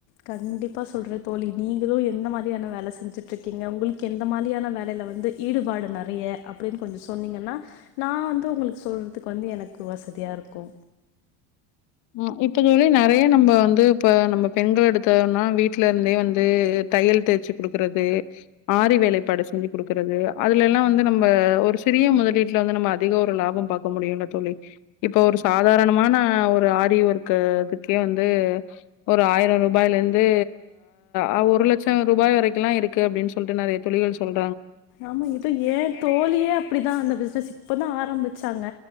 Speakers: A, on the left (about 75°); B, on the left (about 55°).
A: கண்டிப்பா சொல்ற தோழி நீங்களு எந்த மாரியான வேல செஞ்சுட்ருக்கீங்க உங்ளுக்கு எந்த மாரியான வேலைல வந்து ஈடுபாடு நறய அப்டின் கொஞ்சு சொன்னிங்கன்னா நா வந்து உங்ளுக்கு சொல்றதுக் வந்து எனக் வசதியாருக்கு
B: அ இப்ப தோழி நறய நம்ம வந்து இப்ப நம்ம பெண்கள் எடுத்தோனா வீட்லருந்தே வந்து தையல் தேச்சு குடுக்கறது ஆரி வேலைப்பாடு செஞ்சு குடுக்குறது அதுலலா வந்து நம்ம ஒரு சிறிய முதலீட்ல வந்து நம்ம அதிக ஒரு லாபம் பாக்க முடியுல தோழி இப்ப ஒரு சாதாரணமான ஒர் ஆரி ஓர்க்கு குக்கே வந்து ஒரு ஆயிரோ ரூபாய்ல இருந்து அ ஒரு லட்சம் ரூபாய் வரைக்குலா இருக்கு அப்டின் சொல்ட்டு நெறைய தோழிகள் சொல்
A: ஆமா இப்ப ஏ தோழியே அப்டிதா அந்த பிஸ்னஸ் இப்பதா ஆரம்பிச்சாங்க